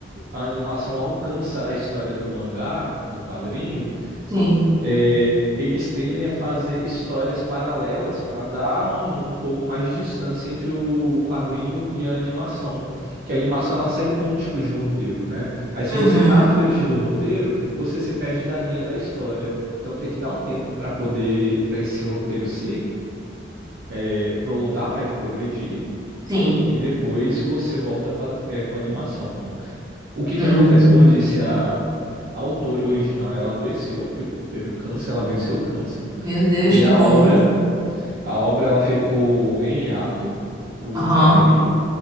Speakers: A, on the right (about 50°); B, on the right (about 20°).
A: a animação alcança a história do mangá, do quadrinho,
B: Sim.
A: é, eles tendem a fazer histórias paralelas para dar um, um pouco mais de distância entre o quadrinho e a animação. Que a animação ela serve como tipo de roteiro, né? Aí se
B: Uhum,
A: você tá à frente do roteiro, você se perde da linha da história. Então tem que dar um tempo para poder, para esse roteiro se eh, prolongar, para ele progredir
B: sim.
A: e depois você volta a fa- é, com a animação. O que
B: Hum,
A: que acontece? Como eu disse, a, a autora original, ela adoeceu, ficou- teve câncer, ela venceu o câncer,
B: meu Deus,
A: e
B: que
A: a
B: bom.
A: obra, a obra ela ficou em hiato, o
B: Aham,
A: quadrinho,